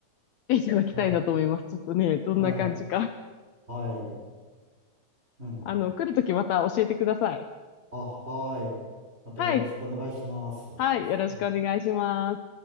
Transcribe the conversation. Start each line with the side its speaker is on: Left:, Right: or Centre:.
Left: 来ていただきたいなと思います。
Right: ど。ええ
Left: ちょっとね、どんな感じか。
Right: はい、はい、うん。
Left: あの、来るときまた教えてください。
Right: あ、はい。またよろしくお願いします。
Left: はい。
Right: は
Left: はい。よろしくお願いします。
Right: い。